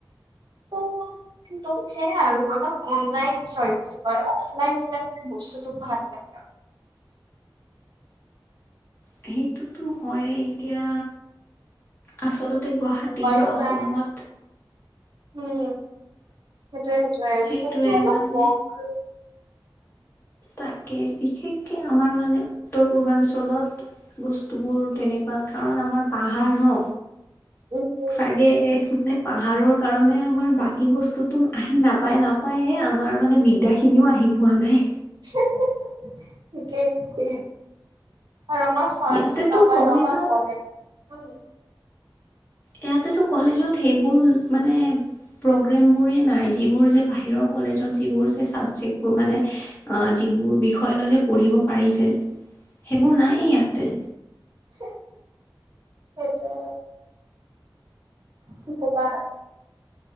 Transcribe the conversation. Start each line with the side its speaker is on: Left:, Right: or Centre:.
Right: ত কিন্তু সেয়াই আৰু। অলপ অনলাইন চৰি কি হয় অফলাইন হলে মানে বস্তুতো ভাল হয়।
Left: সেইটো এটো হয় এতিয়া আচলতে গুৱাহাটী
Right: উপায়ো
Left: বা অসমত
Right: নাই উম, সেইটোৱে সেইটোৱে
Left: সেইটোৱে
Right: স্কোপটো অলপ
Left: মানে
Right: কম। আৰু
Left: তাকে, বিশেষকে আমাৰ মানে উত্তৰ পূৰ্বাঞ্চলত বস্তুবোৰ তেনেকুৱা কাৰণ আমাৰ পাহাৰ ন?
Right: উম উম।
Left: চাগে মানে পাহাৰৰ কাৰণে আমাৰ বাকী বস্তুতো আহি নাপায় নাপ পায়ে আমাৰ মানে বিদ্যাখিনিও আহি পোৱা নাই।
Right: <unintelligible> ঠিকে-ঠিকে। আৰু আমাৰ চাঞ্চও
Left: ইয়াতেতো
Right: নাপায়
Left: কলেজত
Right: নহয় কলেজত, উম।
Left: ইয়াতেটো কলেজত সেইবোৰ মানে প্ৰগ্ৰেমবোৰেই নাই। যিবোৰ যে বাহিৰৰ কলেজত যিবোৰ যে ছাবজেক্ট মানে অ যিবোৰ বিষয় লৈ যে পঢ়িব পাৰিছে সেইবোৰ না ইয়ে ইয়াতে।
Right: <unintelligible> সেইটোৱেটো। কি ক'বা